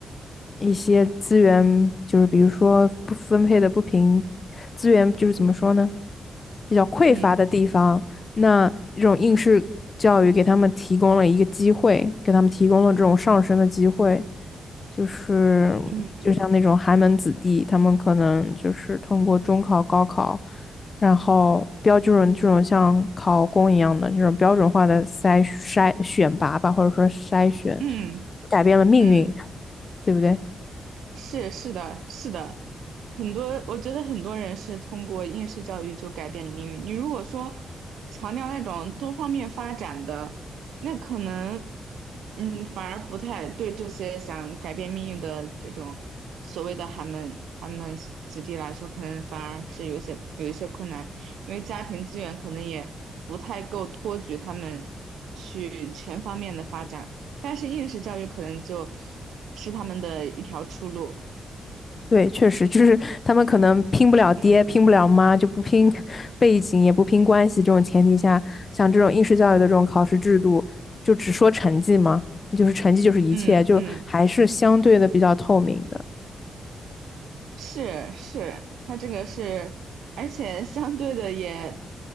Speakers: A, on the left; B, on the right.
A: 一些资源，就是比如说不分配的不平，资源就是怎么说呢，比较匮乏的地方。
B: 嗯
A: 那这种应试教育给他们提供了一个机会，给他们提供了这种上升的机会，就是就像那种寒门子弟，
B: 嗯
A: 他们可能就是通过中考、高考，然后标准这种像考公一样的这种标准化的筛筛选拔吧，或者说筛选，
B: 嗯。
A: 改变了命运，
B: 嗯，
A: 对不对？
B: 是是的，是的，很多我觉得很多人是通过应试教育就改变了命运。你如果说强调那种多方面发展的，那可能嗯反而不太对这些想改变命运的这种所谓的寒门寒门子弟来说，可能反而是有一些有一些困难，因为家庭资源可能也不太够托举他们去全方面的发展。但是应试教育可能就是他们的一条出路。
A: 对，确实就是他们可能拼不了爹，
B: 嗯
A: 拼不了妈，就不拼 <laughs> 背景，也不拼关系这种前提下，像这种应试教育的这种考试制度，就只说成绩嘛，就是成绩就是一切，
B: 嗯嗯，
A: 就还是相对的比较透明的。
B: 是是，它这个是，而且相对的也，